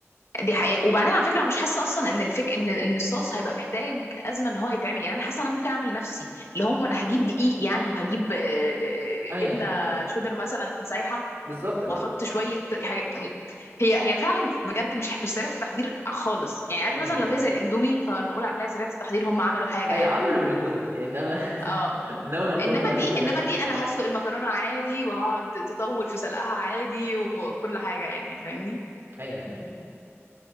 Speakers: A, on the left; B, on the right.
A: دي حقيقة وبعدين على فكرة أنا مش حاسة أصلا إن الفك إن إن الصوص هيبقى محتاج أزمة إن هو يتعمل يعني أنا حاسة أنا ممكن أعمل لنفسي اللي هم أنا هجيب دقيق يعني وهجيب آه،
B: أيوه
A: جبنة
B: أيوه
A: شيدر مثلا سايحة
B: بالظبط أيوه
A: وأحط شوية حاجة يعني هي هي فعلا بجد مش مش سريعة التحضير خالص يعني عارف
B: أيوه
A: مثلا لو هي زي الإندومي فنقول عليها سريعة التحضير هم عملوا حاجة
B: أي
A: يعني
B: عملوا الأندومي إنما <laughs>
A: اه
B: إنما المكرونة
A: انما دي
B: هي جاهزة
A: انما دي انا
B: أيوه
A: هسلق المكرونه عادي وهقعد تطول في سلقها عادي وكل حاجه يعني فاهمني
B: أيوه أيوه